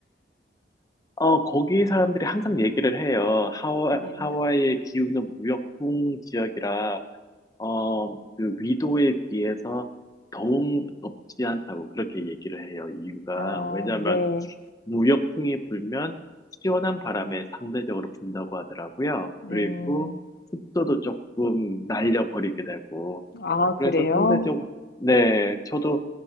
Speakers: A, on the left; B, on the left.
A: 어, 거기 사람들이 항상 얘기를 해요. 하와,
B: 네.
A: 하와이의 기후는 무역풍 지역이라 어, 그 위도에 비해서 더욱 덥지 않다고 그렇게 얘기를 해요. 이유가
B: 아,
A: 왜냐하면
B: 네.
A: 무역풍이 불면 시원한 바람에 상대적으로 분다고 하더라고요.
B: 음,
A: 그리고 습도도 조금 날려버리게 되고
B: 아,
A: 그래서
B: 그래요?
A: 상대적으로 네, 저도